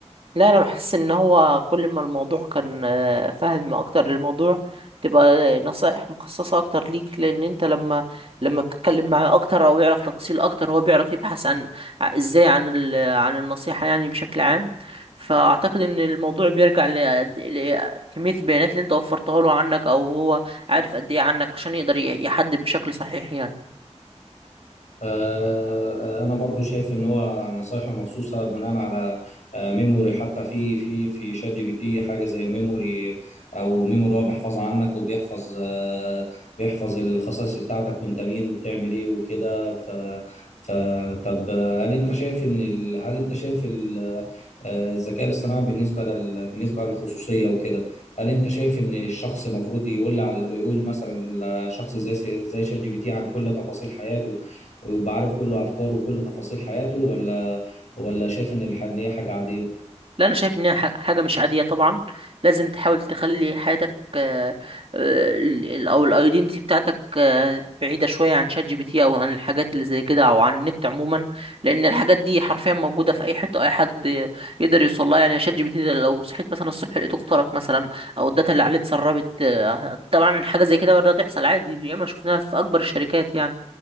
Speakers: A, on the right; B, on the left.
A: لا انا بحس ان هو كل ما الموضوع كان آه، فاهم اكتر للموضوع تبقى نصائح مخصصة اكتر ليك لان انت لما لما بتتكلم معاه اكتر او يعرف تفاصيل اكتر هو بيعرف يبحث عن ع- ازاي عن ال... عن النصيحة يعني بشكل عام فاعتقد ان الموضوع بيرجع لقد- لكمية البيانات اللي انت وفرتها له عنك او هو عارف قد ايه عنك عشان يقدر ي- يحدد بشكل صحيح يعني
B: آه، آه، انا برضو شايف ان هو نصايحه مخصوصه بناء على آه، ميموري حتى في في في شات جي بي تي حاجه زي ميموري او ميموري هو بيحفظ عنك وبيحفظ آه، بيحفظ الخصائص بتاعتك وانت مين وبتعمل ايه وكده ف فطب هل انت شايف ان ال... هل انت شايف ال... آه، الذكاء الاصطناعي بالنسبه لل... بالنسبه للخصوصيه وكده هل انت شايف ان الشخص المفروض يقول على... يقول مثلا شخص زي زي شات جي بي تي عن كل تفاصيل حياته ويبقى عارف كل افكاره وكل تفاصيل حياته ولا ولا شايف ان الح- إن هي حاجه عاديه
A: لا انا شايف انها ح- حاجه مش عاديه طبعا لازم تحاول تخلي حياتك آه، آه، ال- ال- او الايدنتي بتاعتك آه، بعيده شويه عن شات جي بي تي او عن الحاجات اللي زي كده او عن النت عموما لان الحاجات دي حرفيا موجوده في اي حته اي حد يقدر يوصل لها يعني شات جي بي تي ده لو صحيت مثلا الصبح لقيته اخترق مثلا او الداتا اللي عليه اتسربت آه، طبعا حاجه زي كده وارد تحصل عادي ياما شفناها في اكبر الشركات يعني